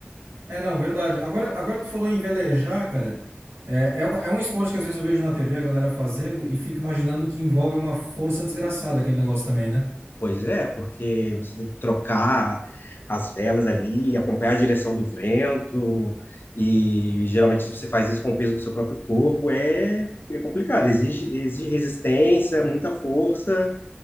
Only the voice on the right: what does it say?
É, não, verdade. Agora, agora que tu falou em velejar, cara, é, é, é um esporte que às vezes eu vejo na TV a galera fazendo e fico imaginando que envolve uma força desgraçada aquele negócio também, né?